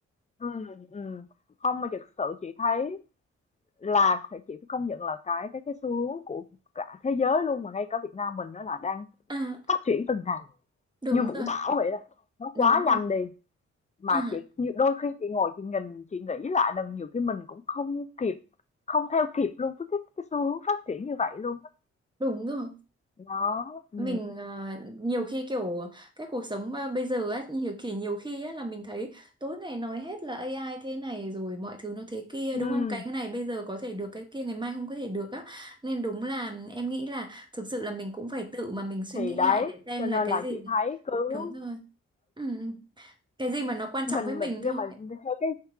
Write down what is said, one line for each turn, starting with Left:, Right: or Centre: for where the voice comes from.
Left: Ừ. Ừ. ừ. Không mà thực sự chị thấy là phải chị phải công nhận là cái cái cái xu hướng của cả thế giới luôn mà ngay cả Việt Nam mình nó là đang
Right: À,
Left: phát triển từng ngày
Right: đúng
Left: như vũ
Right: rồi,
Left: bão vậy đó nó
Right: đúng
Left: quá
Right: rồi.
Left: nhanh đi mà
Right: À,
Left: chị như đôi khi chị ngồi chị nhìn chị nghĩ lại lần nhiều khi mình cũng không kịp không theo kịp luôn với cái cái xu hướng phát triển như vậy luôn á
Right: đúng rồi.
Left: đó ừ.
Right: mình ờ, nhiều khi kiểu cái cuộc sống ờ, bây giờ ấy nhiều khi nhiều khi ấy là mình thấy tối ngày nói hết là AI thế này rồi mọi thứ nó thế kia
Left: ừ
Right: đúng không cái này bây giờ có thể được cái kia ngày mai không có thể được á nên đúng là em nghĩ là thực sự là mình cũng phải tự mà mình suy
Left: thì
Right: nghĩ
Left: đấy
Right: lại để xem
Left: cho
Right: là
Left: nên
Right: cái
Left: là
Right: gì
Left: chị thấy cứ
Right: đúng rồi ừ, ừ. cái gì mà nó quan
Left: mình
Right: trọng với mình
Left: mình nhưng
Right: thôi
Left: mà theo cái